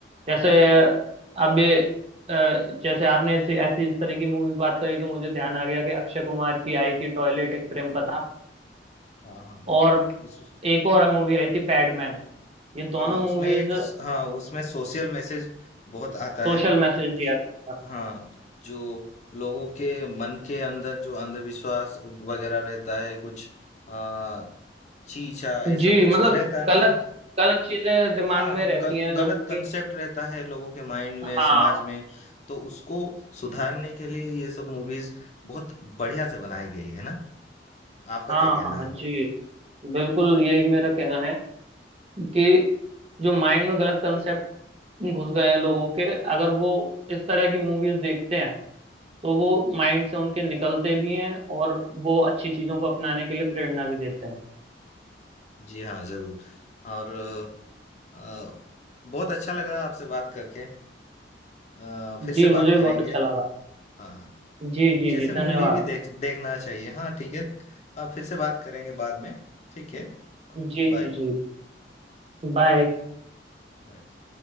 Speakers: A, on the right (about 35°); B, on the left (about 40°).
A: जैसे अब ये, अ, जैसे आपने ऐसी ऐसी इस तरह की मूवी बात करी तो मुझे ध्यान आ गया कि अक्षय कुमार की आई थी टॉयलेट एक प्रेम कथा
B: हाँ, हाँ।
A: और
B: उस
A: एक और मूवी आई थी पैडमैन ये दोनों
B: हाँ,
A: मूवीज
B: उसमें एक स हाँ, उसमें सोशल मैसेज बहुत आता
A: सोशल
B: है।
A: मैसेज दिया
B: कि
A: करता
B: हाँ, जो लोगों के मन के अंदर जो अंधविश्वास वगैरह रहता है कुछ आ, चीचा ऐसा
A: जी
B: कुछ
A: मतलब
B: रहता है ना
A: गलत गलत चीजें दिमाग
B: हाँ
A: में रहती
B: ग,
A: हैं लोगों
B: गलत कंसेप्ट
A: के
B: रहता है लोगों के माइंड में
A: हाँ
B: समाज में तो उसको सुधारने के लिए ये सब मूवीज बहुत बढ़िया से बनाई गई है ना आपका
A: हाँ
B: क्या कहना
A: हाँ
B: है
A: जी बिल्कुल यही मेरा कहना है कि जो माइंड में गलत कंसेप्ट घुस गए हैं लोगों के अगर वो इस तरह की मूवीज देखते हैं तो वो माइंड से उनके निकलते भी हैं और वो अच्छी चीजों को अपनाने के लिए प्रेरणा भी देते हैं
B: जी हाँ जरूर और आ, बहुत अच्छा लगा आपसे बात करके आ, फिर
A: जी
B: से
A: मुझे
B: बात
A: भी
B: करेंगे
A: बहुत अच्छा लगा
B: हाँ
A: जी जी
B: ऐसे
A: जी धन्यवाद
B: मूवी भी देख देखना चाहिए हाँ ठीक है आप फिर से बात करेंगे बाद में ठीक है
A: जी
B: Bye
A: जी जी बाय
B: bye